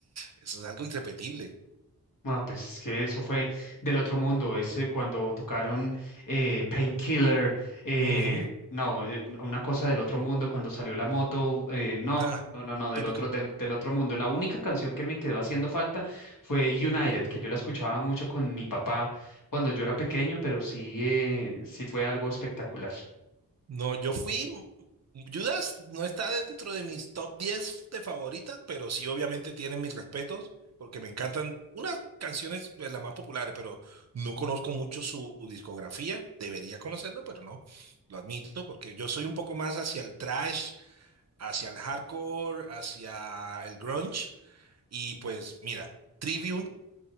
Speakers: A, on the right; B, on the left.
A: eso es algo irrepetible.
B: Ah, pues es que eso fue del otro mundo, es eh, cuando tocaron eh, Painkiller, eh,
A: Ujú.
B: no, eh, un- una cosa del otro mundo, cuando salió la moto, eh, no,
A: Ah,
B: no, no, no, del
A: típico.
B: otro, del, del otro mundo. La única canción que me quedó haciendo falta fue United, que yo la escuchaba mucho con mi papá cuando yo era pequeño, pero sí, eh, sí fue algo espectacular.
A: No, yo fui. Judas no está dentro de mis top 10 de favoritas, pero sí obviamente tienen mis respetos, porque me encantan unas canciones de las más populares, pero no conozco mucho su discografía. Debería conocerlo, pero no, lo admito, porque yo soy un poco más hacia el trash, hacia el hardcore, hacia el grunge, y pues mira, Trivium